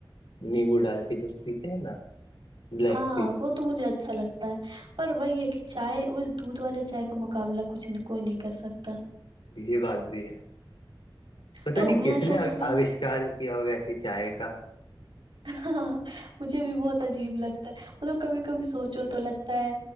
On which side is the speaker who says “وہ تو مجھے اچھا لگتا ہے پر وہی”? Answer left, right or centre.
Right